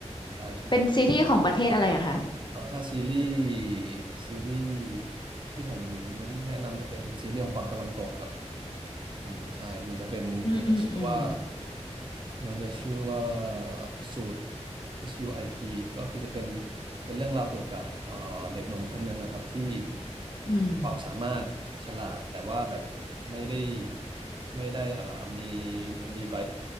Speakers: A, on the right; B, on the left.
A: ดูได้ใช่ไหม
B: เป็นซีรีส์ของประเทศอะไรอะคะ
A: เออถ้าซีรีส์ซีรีส์ที่ผมแนะนำจะเป็นซีรีส์ของฝั่งตะวันตกครับอืมใช่มันจะเป็นมันจะชื่อว่า
B: อืมอืมอืม
A: มันจะชื่อว่าสูตร SUIT ก็คือจะเป็นเป็นเรื่องราวเกี่ยวกับเอ่อเด็กหนุ่มคนหนึ่งอะครับที่
B: อืม
A: ความสามารถฉลาดแต่ว่าแบบไม่ได้ไม่ได้เอ่อมีมีใบ